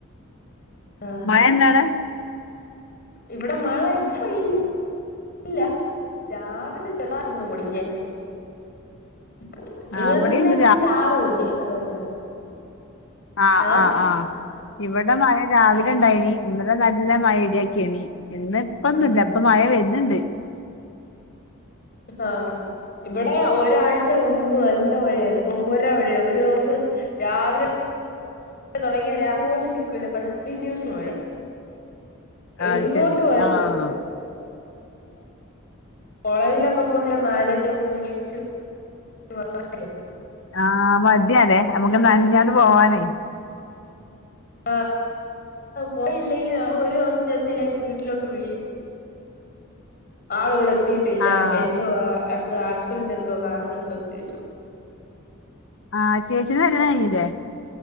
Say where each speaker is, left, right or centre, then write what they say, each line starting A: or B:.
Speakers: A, on the left; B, on the left.
A: ആഹ്
B: മഴണ്ടവ്ടെ
A: ഇവിടെ മഴ ഇപ്പയി ഇല്ല രാവിലെ പെടാ ന്ന് <unintelligible> <unintelligible>
B: ആഹ് ഇവിടെണ്ട്
A: ഇങ്ങനെ ചാറൂല്ലേ <unintelligible>
B: ആ
A: ആഹ്
B: ആ ആ ഇവിടെ മഴ രാവിലെ ഇണ്ടായിനി ഇന്നലെ നല്ല മഴിം ഇടിയൊക്കേനി ഇന്ന് ഇപ്പൊന്നുല്ല
A: ആഹ്
B: ഇപ്പൊ മഴ വെര്ന്ണ്ട്
A: ഹാ ഇവിടെ ഒരാഴ്ച മുമ്പ് നല്ല മഴയായി തോരാമഴയ ഒരു ദിവസം രാവിലെ തൊടങ്ങിയ <unintelligible> പോലും നിക്കൂല കണ്ടിന്യൂസ് മഴ
B: ആഹ്
A: എങ്ങോട്ട്
B: ശരി
A: പോയാലും
B: ആഹ്
A: മഴ കോളേജിലൊക്കെ പോകുന്നത് നനഞ്ഞു കുളിച്ച് <inaudible>
B: ആ മടിയാല്ലേ നമുക്ക് നഞ്ഞാണ്ട് പോവാനേ
A: <unintelligible> പോയില്ലെങ്കി <unintelligible> നമ്മളൊരു ദിവസം ചെന്നില്ലെങ്കി വീട്ടിലോട്ട് വിളിയും ആളിവിടെ എത്തീട്ടില്ല
B: ആഹ്
A: എന്തുവാ എന്തോ ആക്സിഡന്റ് എന്തോ കാരണം എന്തോന്ന് ചോദിച്ചോ
B: ആഹ് ചേച്ചിന്റെ കല്യാണം കഴിഞ്ഞില്ലേ